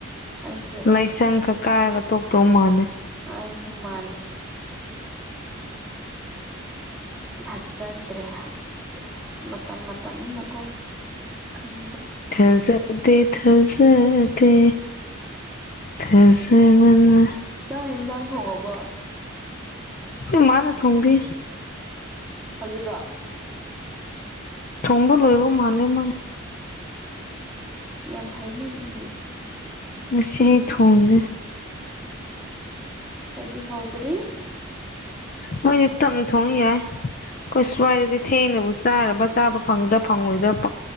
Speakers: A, in the centre; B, on the left.
A: ꯑꯩꯁꯨ
B: ꯂꯥꯏꯁꯪ ꯈꯛ ꯀꯥꯔꯒ ꯇꯣꯛꯇꯧ ꯃꯥꯜꯂꯦ
A: ꯑꯩꯁꯨ ꯃꯥꯥꯟꯂꯦ ꯊꯥꯖꯗ꯭ꯔꯦ ꯍꯧꯖꯤꯛꯇꯤ ꯑꯁ ꯃꯇꯝ ꯃꯇꯝꯅꯤꯅꯀꯣ ꯈꯪ
B: ꯊꯥꯖꯗꯦ ꯊꯥꯖꯗꯦ ꯊꯥꯖꯕꯅ
A: ꯆꯥꯛ ꯍꯤꯟꯖꯥꯡ ꯊꯣꯡꯉꯕꯣ
B: ꯑꯩꯈꫭꯏ ꯃꯥꯅ ꯊꫭꯡꯕꯤ
A: ꯍꯧꯖꯤꯛꯔꯣ
B: ꯊꯣꯡꯕ ꯂꯣꯏꯕ ꯃꯥꯜꯂꯦ ꯃꯥꯏ
A: ꯌꯥꯝ ꯐꯩꯩꯅ ꯑꯗꯨꯗꯤ
B: ꯉꯁꯤ ꯑꯩ ꯊꯣꯡꯗꯦ
A: ꯈꯣꯏꯗꯤ ꯍꯧꯗ꯭ꯔꯤ
B: ꯅꯣꯏꯗꯤ ꯇꯞꯅ ꯊꯣꯡ ꯌꯥꯏ ꯈꯣꯏ ꯁ꯭ꯋꯥꯏꯗꯗꯤ ꯊꯦꯡꯅꯕꯨ ꯆꯥꯔꯕ ꯆꯥꯕ ꯐꯪꯗ꯭ꯔꯥ ꯐꯪꯉꯣꯏꯗ꯭ꯔꯥ ꯄꯥ